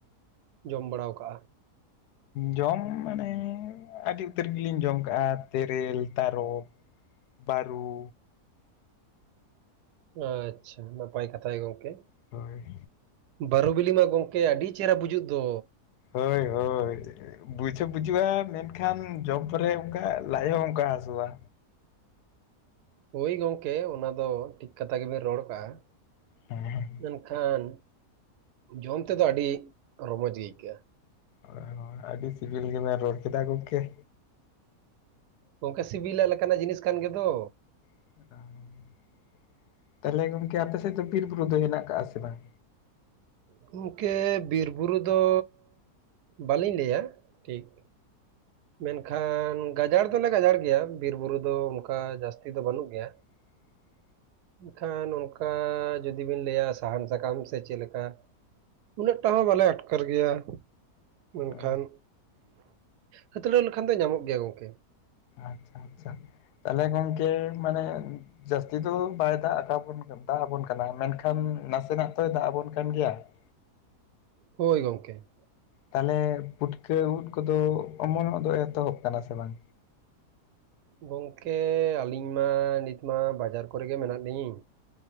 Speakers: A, on the right; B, on the left.
A: ᱡᱚᱢ ᱵᱟᱲᱟᱣ ᱠᱟᱜᱼᱟ
B: ᱡᱚᱢ ᱢᱟᱱᱮ ᱟᱹᱰᱤ ᱩᱛᱟᱹᱨ ᱜᱮᱞᱤᱧ ᱡᱚᱢ ᱠᱟᱜᱼᱟ ᱛᱮᱨᱮᱞ ᱛᱟᱨᱚᱵ ᱵᱟᱹᱨᱩ᱾
A: ᱟᱪᱪᱷᱟ ᱱᱟᱯᱟᱭ ᱠᱟᱛᱷᱟ ᱜᱚᱝᱠᱮ᱾
B: ᱦᱳᱭ
A: ᱵᱟᱹᱨᱩ ᱵᱤᱞᱤ ᱢᱟ ᱜᱚᱢᱠᱮ ᱟᱹᱰᱤ ᱪᱮᱦᱨᱟ ᱵᱩᱡᱩᱜ ᱫᱚ᱾
B: ᱦᱳᱭ ᱦᱳᱭ᱾ ᱵᱩᱡ ᱦᱚᱸ ᱵᱩᱡᱩᱜᱼᱟ᱾ ᱢᱮᱱᱠᱷᱟᱱ ᱡᱚᱢ ᱯᱚᱨᱮ ᱚᱱᱠᱟ ᱞᱟᱡ ᱦᱚᱸ ᱚᱱᱠᱟ ᱦᱟᱹᱥᱩᱜᱼᱟ᱾
A: ᱦᱳᱭ ᱜᱚᱢᱠᱮ ᱚᱱᱟ ᱫᱚ ᱴᱷᱤᱠ ᱠᱟᱛᱷᱟ ᱜᱮᱵᱮᱱ ᱨᱚᱲ ᱠᱟᱜᱼᱟ᱾
B: ᱦᱮᱸ
A: ᱢᱮᱱᱠᱷᱟᱱ ᱡᱚᱢ ᱛᱮᱫᱚ ᱟᱹᱰᱤ ᱨᱚᱢᱚᱡ ᱜᱮ ᱟᱹᱭᱠᱟᱹᱜᱼᱟ᱾
B: ᱦᱳᱭ ᱦᱳᱭ ᱟᱹᱰᱤ ᱥᱤᱵᱤᱞ ᱜᱮᱵᱮᱱ ᱨᱚᱲ ᱠᱮᱫᱟ ᱜᱚᱢᱠᱮ᱾
A: ᱜᱚᱝᱠᱮ ᱥᱤᱵᱤᱞᱟᱜ ᱞᱮᱠᱟᱱᱟᱜ ᱡᱤᱱᱤᱥ ᱠᱟᱱ ᱜᱮᱫᱚ᱾
B: ᱟᱨ ᱛᱟᱦᱚᱞᱮ ᱜᱚᱝᱠᱮ ᱟᱯᱮ ᱥᱮᱫ ᱫᱚ ᱵᱤᱨ ᱵᱩᱨᱩ ᱫᱚ ᱦᱮᱱᱟᱜ ᱟᱠᱟᱫᱼᱟ ᱥᱮ ᱵᱟᱝ?
A: ᱜᱚᱢᱠᱮ ᱵᱤᱨ ᱵᱩᱨᱩ ᱫᱚ ᱵᱟᱹᱞᱤᱧ ᱞᱟᱹᱭᱟ ᱴᱷᱤᱠ᱾ ᱢᱮᱱᱠᱷᱟᱱ ᱜᱟᱡᱟᱲ ᱫᱚᱞᱮ ᱜᱟᱡᱟᱲ ᱜᱮᱭᱟ ᱵᱤᱨ ᱵᱩᱨᱩ ᱫᱚ ᱚᱱᱠᱟ ᱡᱟᱹᱥᱛᱤ ᱫᱚ ᱵᱟᱹᱱᱩᱜ ᱜᱮᱭᱟ᱾
B: <unintelligible>
A: ᱮᱱᱠᱷᱟᱱ ᱚᱱᱠᱟ ᱡᱩᱫᱤ ᱵᱤᱱ ᱞᱟᱹᱭᱟ ᱥᱟᱦᱟᱱ ᱥᱟᱠᱟᱢ ᱥᱮ ᱪᱮᱫ ᱞᱮᱠᱟ ᱩᱱᱟᱹᱜ ᱴᱟ ᱦᱚᱸ ᱵᱟᱞᱮ ᱟᱴᱠᱟᱨ ᱜᱮᱭᱟ, ᱢᱮᱱᱠᱷᱟᱱ
B: ᱚ
A: ᱦᱟᱹᱛᱲᱟᱹᱣ ᱞᱮᱠᱷᱟᱱ ᱫᱚ ᱧᱟᱢᱚᱜ ᱜᱮᱭᱟ ᱜᱚᱝᱠᱮ᱾
B: ᱟᱪᱪᱷᱟ ᱟᱪᱪᱷᱟ, ᱛᱟᱦᱚᱞᱮ ᱜᱚᱝᱠᱮ ᱢᱟᱱᱮ ᱡᱟᱹᱥᱛᱤ ᱫᱚ ᱵᱟᱭ ᱫᱟᱜ ᱟᱠᱟ ᱵᱚᱱ ᱫᱟᱜ ᱟᱵᱚᱱ ᱠᱟᱱᱟ ᱢᱮᱱᱠᱷᱟᱱ ᱱᱟᱥᱮᱱᱟᱜ ᱫᱚᱚᱭ ᱫᱟᱜ ᱟᱵᱚᱱ ᱠᱟᱱ ᱜᱮᱭᱟ᱾ <unintelligible>
A: ᱦᱳᱭ ᱜᱚᱢᱠᱮ᱾
B: ᱛᱟᱦᱚᱞᱮ ᱯᱩᱴᱠᱟᱹ ᱩᱫ ᱠᱚᱫᱚ ᱚᱢᱚᱱᱚᱜ ᱫᱚ ᱮᱛᱚᱦᱚᱵ ᱠᱟᱱᱟ ᱥᱮ ᱵᱟᱝ?
A: ᱜᱚᱝᱠᱮ ᱟᱹᱞᱤᱧ ᱢᱟ ᱱᱤᱛᱢᱟ ᱵᱟᱡᱟᱨ ᱠᱚᱨᱮᱜᱮ ᱢᱮᱱᱟᱜ ᱞᱤᱧ᱾